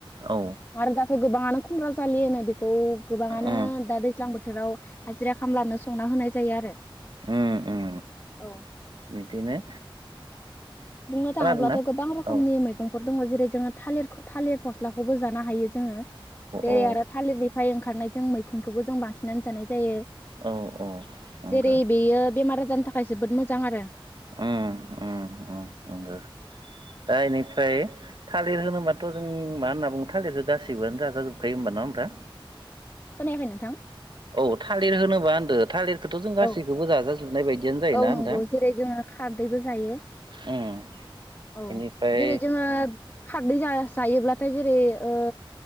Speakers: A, on the right; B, on the left.
A: औ
B: आरो दाथ' गोबाङानो खुमब्रा जालि होनो बे खौ गोबाङानो
A: उम
B: दा दैज्लां बोथोर बोथोराव हाजिरा खामलानो संना होनाय जायो आरो
A: उम ओ
B: औ
A: बिदिनो
B: बुंनो थाङोब्लाथ'
A: खोनादोंना
B: गोबां रोखोमनि
A: औ औ
B: मैगंफोरखौ दङ जेरै जोङो थालिर थालिर फस्लाखौबो जानो हायो जोङो जेरै
A: औ
B: आरो थालिरनि ओमफाय ओंखारनाय जों मैखुनखौबो जों बांसिननानो जानाय जायो
A: औ औ नंगो
B: जेरै बेयो बेमार थाखाय जोबोद मोजां आरो
A: उम उम उम उम नंगौ दा नै ओमफ्राय थालिर होनोबाथ' जों मा होनना बुङो थालिर गासिबोयानो जाजाजोबखायो होमबा नङा होमबा
B: खोनायाखै नोंथां
A: औ थालिर होनोबा होनदों थालिर थ' जों गासैखौबो
B: औ
A: जाजाजोबनाय बायदियनो जायोना
B: औ नंगौ
A: नोंथां
B: जेरै जोङो खारदैबो जायो
A: उम
B: औ
A: इनिफ्राय
B: जेरै जोङो खार जायोब्लाथाय जेरै ओ